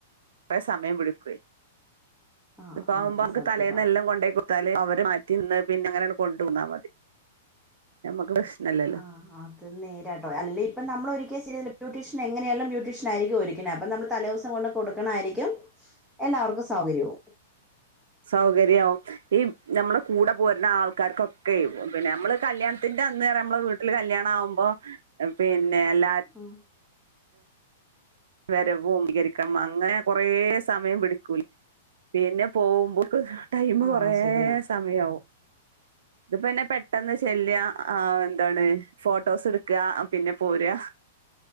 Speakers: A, on the right (about 75°); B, in the centre.
A: റെ സമയം പിടിക്കു ഇത്പ്പാവുമ്പോ
B: ആ ആ അത്
A: നമ്മക്ക്
B: സത്യമാ
A: തലേന്നെല്ലം കൊണ്ടേകൊ ട്ത്താല് അവര് മാറ്റി നിന്ന് പിന്നെ അങ്ങനെയാണ്ട് കൊണ്ടോന്നാ മതി നമക്ക് പ്രശ്നല്ല
B: ആഹ് ആഹ് അത് നേരാട്ടോ അല്ലേപ്പം നമ്മളൊരിക്ക്യാ ശരി ബ്യുട്ടീഷന് എങ്ങനായാലും ബ്യൂട്ടീഷനായിരിക്കും ഒര്ക്ക്ന്നേ അപ്പ നമ്മള് തലേ ദിവസം കൊണ്ട് കൊട്ക്ക്ണായിരിക്കും എല്ലാവർക്കും സൗകര്യവും
A: സൗകര്യവും ഈ നമ്മുടെ കൂടെ പോരുന്ന ആൾക്കാർക്കൊക്കെ പിന്നെ നമ്മള് കല്യാണ ത്തിന്റെ അന്ന്പറയുമ്പെനമ്മളെ വീട്ടില് കല്യാണ ആകുമ്പോ പിന്നെ എല്ലാരും
B: ഉം
A: വരവും സ്വീകരിക്കണം അങ്ങനെ കൊറേ സമയം പിടിക്കൂലെ പിന്നെ പോകുമ്പോക്ക് ടൈം
B: ആഹ്
A: കൊറേ
B: ശരിയാ
A: സമയാവും ഇതിപ്പോന്നെ പെട്ടെന്ന് ചെല്യ ആ ന്താണ് ഫോട്ടോസ്ട്ക്ക പിന്നെ പോരാ